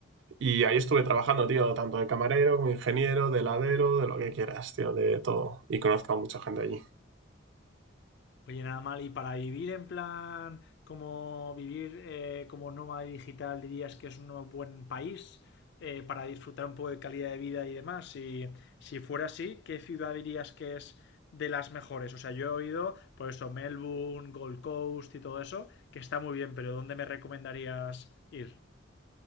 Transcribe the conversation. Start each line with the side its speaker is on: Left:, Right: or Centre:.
Right: Y ahí estuve trabajando, tío, tanto de camarero como ingeniero, de heladero, de lo que quieras, tío, de todo. Y conozco a mucha gente allí.
Left: Oye, nada mal, y para vivir en plan, como vivir eh, como nómada digital, dirías que es un buen país eh, para disfrutar un poco de calidad de vida y demás. Si, si fuera así, ¿qué ciudad dirías que es de las mejores? O sea, yo he oído, por eso, Melbourne, Gold Coast y todo eso, que está muy bien, pero ¿dónde me recomendarías ir?